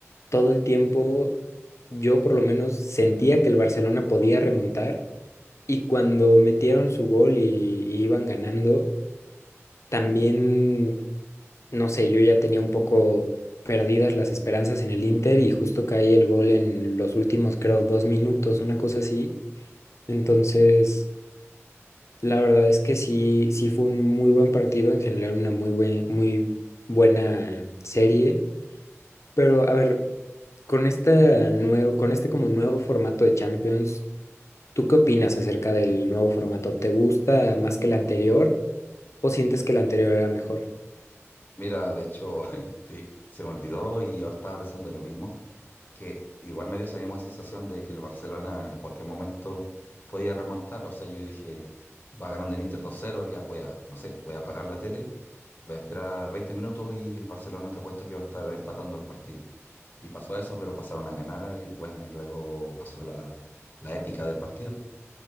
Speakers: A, on the left; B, on the left.
A: todo el tiempo yo por lo menos sentía que el Barcelona podía remontar y cuando metieron su gol y, y iban ganando, también, no sé, yo ya tenía un poco perdidas las esperanzas en el Inter y justo cae el gol en los últimos, creo, dos minutos, una cosa así. Entonces, la verdad es que sí, sí fue un muy buen partido en general, una muy buen- muy buena serie. Pero a ver, con esta nuevo, con este como nuevo formato de Champions, ¿tú qué opinas acerca del nuevo formato? ¿Te gusta más que el anterior o sientes que el anterior era mejor?
B: Mira, de hecho, <laughs> te- se me olvidó y yo estaba pensando lo mismo. que igual me dio esa misma sensación de que el Barcelona en cualquier momento podía remontar. O sea, yo dije, va ganando el Inter dos cero, ya voy a, no sé, voy a apagar la tele, voy a esperar 20 minutos y el Barcelona te apuesto que va a estar empatando el partido. Y pasó eso, pero pasaron a ganar y bueno, y luego pasó la, la épica del partido.